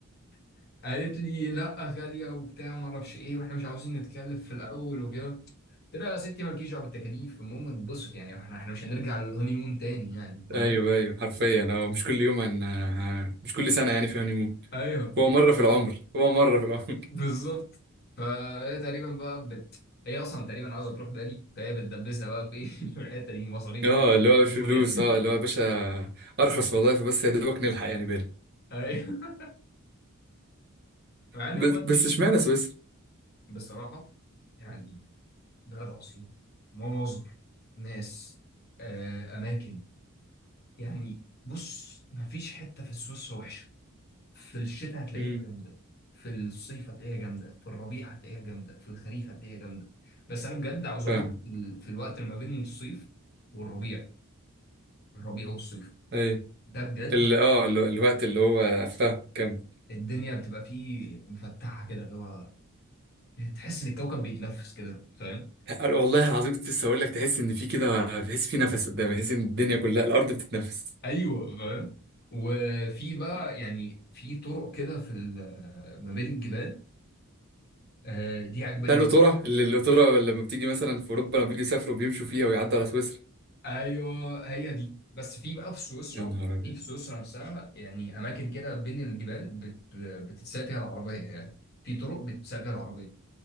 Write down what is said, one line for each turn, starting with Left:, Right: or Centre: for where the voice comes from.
Left: <laughs> قالت لي لا غالية وبتاع ما اعرفش ايه واحنا مش عاوزين نتكلف في الاول وكده قلت لها يا ستي مالكيش دعوه بالتكاليف المهم انبسط يعني احنا احنا مش هنرجع للهوني مون تاني يعني فاهم
Right: ايوه ايوه حرفيا هو مش كل يوم هن... ه- مش كل سنه يعني في هانيمون
Left: ايوه
Right: هو مره
Left: ف-
Right: في العمر هو مره في العمر
Left: بالظبط فهي تقريبا بقى بت... هي اصلا تقريبا عاوزه تروح بالي فهي بتدبسها بقى في <laughs> في الحته دي مصاريف
Right: <laughs> اه
Left: بقى مصاريف
Right: اللي هو بفلوس
Left: بقى
Right: اه اللي هو يا باشا ارخص وظايفه بس يا دوبك نلحق يعني بالي
Left: <laughs> ايوه مع اني
Right: بس
Left: والله
Right: بس
Left: مش
Right: اشمعنى سويسرا
Left: بصراحه يعني بلد عظيم مناظر ناس آه، اماكن يعني بص مفيش حته في السويس وحشه في الشتاء هتلاقيها
Right: امم
Left: جامده في الصيف هتلاقيها جامده في الربيع هتلاقيها جامده في الخريف هتلاقيها جامده بس انا بجد عاوز اروح
Right: فاهم
Left: في ال- في الوقت اللي ما بين الصيف والربيع الربيع والصيف
Right: ايوه
Left: ده بجد
Right: ال... اه ال... الوقت اللي هو فاهم كام
Left: الدنيا بتبقى فيه مفتحه كده اللي هو تحس ان الكوكب بيتنفس كده فاهم
Right: والله العظيم كنت لسه اقول لك تحس ان في كده تحس في نفس قدامك تحس ان الدنيا كلها الارض بتتنفس
Left: ايوه فاهم وفي بقى يعني في طرق كده في ال- آه، ما بين الجبال آه، دي عجباني
Right: بتاع القطوره
Left: موت.
Right: اللي القطوره لما بتيجي مثلا في اوروبا لما بيجي يسافروا بيمشوا فيها ويعدوا على سويسرا
Left: ايوه هي دي بس في بقى في سويسرا
Right: يا نهار ابيض
Left: في في سويسرا نفسها يعني اماكن كده بين الجبال بت- بتتساق فيها العربيه يعني في طرق بتتساق فيها العربيه